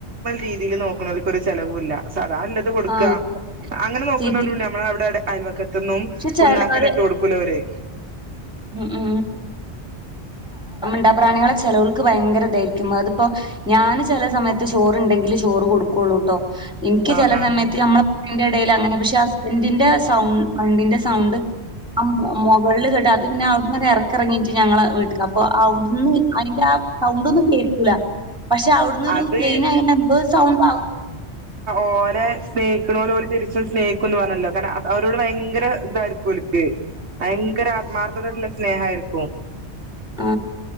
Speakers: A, on the right; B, in the centre.
A: രീതിൽ നോക്കണ്ണോർക്കൊരു ചെലവും ഇല്ല സദാ നല്ലത് കൊടുക്വാ
B: ആഹ്
A: അങ്ങനെ നോക്കുന്നൊലുണ്ട്
B: സിറ്റി
A: നമ്മളെ അവിടെടെ അയൽവക്കത്തൊന്നും
B: പക്ഷെ ചെലോര്
A: പിണ്ണാക്ക് ഒന്നും ഇട്ട്കൊടുക്കില്ല കൊടുക്കൂലവര്
B: ഉം ഉം മിണ്ടാ പ്രാണികളെ ചെലോൽക്ക് ഭയങ്കരതായിരിക്കും അതിപ്പോ ഞാന് ചേലെ സമയത്ത് ചോറുണ്ടെങ്കില് ചോറ് കൊടുക്കുള്ളൂട്ടോ ഇൻകി
A: ആഹ്
B: ചെല
A: ആഹ്
B: സമയത്ത് മ്മള്- അ യിന്റെ ഇടയിൽ അങ്ങനെ പക്ഷെ ഹസ്ബന്റിന്റെ സൗ വണ്ടിന്റെ സൗണ്ട് ആ <unintelligible> <unintelligible> <unintelligible> അത് പിന്നെ അവിടന്നൊരു ഇറക്കിറങ്ങിട്ട് ഞങ്ങള് വീട്ട്ക്ക് അപ്പൊ അവിടന്ന് അതിന്റെ ആ സൗണ്ട് ഒന്നും കേക്കൂല പഷേ അവിടന്നൊരു
A: അത്
B: ചെയ്യിനായണ എന്തോ ഒരു സൗണ്ട്വ
A: ഓരെ സ്നേഹക്കണോലോല് തിരി സ്നേഹിക്കുന്ന് പറഞ്ഞല്ലോ കാരണം അവരോട് ഭയങ്ക ത് തായിരിക്കും ഓൽക്ക് ഭയങ്കര ആത്മാർത്ഥതള്ള സ്നേഹ ആയിരിക്കും
B: ആ